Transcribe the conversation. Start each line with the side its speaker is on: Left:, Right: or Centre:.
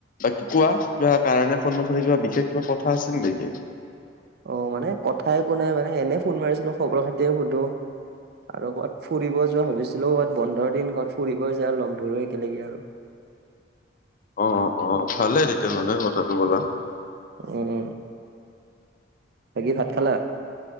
Left: বাকি কোৱা কিবা কাৰণে ফোন মাৰচিলা কিবা বিশেষ কিবা কথা আছিল নে নেকি?
Right: অ' মানে কথাই একো নাই মানে এনে ফোন মাৰিছিলোঁ খবৰ খাতি তে সুধো আৰু ক'ত ফুৰিব যোৱা ভাবিছিলোঁ ক'ৰবাত বন্ধৰ দিন ক'ত ফুৰিব যে আৰু লগ ধৰো একলেগে আৰু
Left: অ' অ' ভালেই তেতিয়া হ'লে কথাটো ক'লা।
Right: উম, বাকী ভাত খালা?